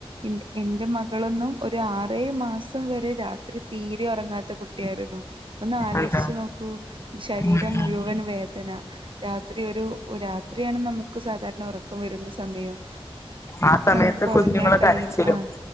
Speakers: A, on the right; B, on the left.
A: എൻ എൻറെ മകളൊന്നും ഒരു ആറേഴ് മാസം വരെ രാത്രി തീരെ ഉറങ്ങാത്ത കുട്ടി ട്ട്യായിരുന്നു ഒന്ന് ആലോചിച്ച്
B: എന്താ
A: നോക്കൂ ശരീരം
B: ഉം ഉം
A: മുഴുവൻ വേദന രാത്രി ഒരു രാത്രിയാണ് നമുക്ക് സാധാരണ ഉറക്കം വരുന്ന സമയം
B: ആ സമയത്ത്
A: നമുക്ക്
B: കുഞ്ഞുങ്ങള
A: ഉറങ്ങാൻ കഴിയില്ല.
B: കരച്ചിലും
A: ആ